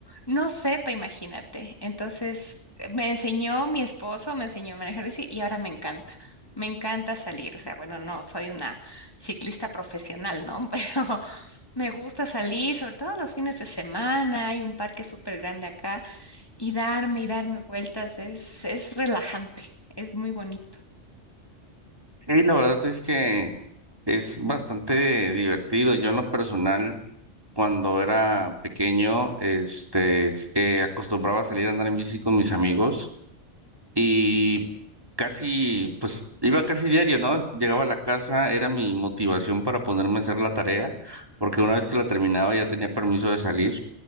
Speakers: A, on the left; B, on the right.
A: no sepa, imagínate. Entonces eh, me enseñó mi esposo, me enseñó a manejar bici y ahora me encanta. Me encanta salir, o sea, bueno, no soy una ciclista profesional, ¿no? <laughs> Pero me gusta salir, sobre todo los fines de semana, hay un parque súper grande acá y darme y darme vueltas es, es relajante, es muy bonito.
B: Y la verdad es que Es bastante divertido. Yo en lo personal, cuando era pequeño, este, eh, acostumbraba a salir a andar en bici con mis amigos y casi, pues iba casi diario, ¿no? Llegaba a la casa, era mi motivación para ponerme a hacer la tarea, porque una vez que la terminaba ya tenía permiso de salir.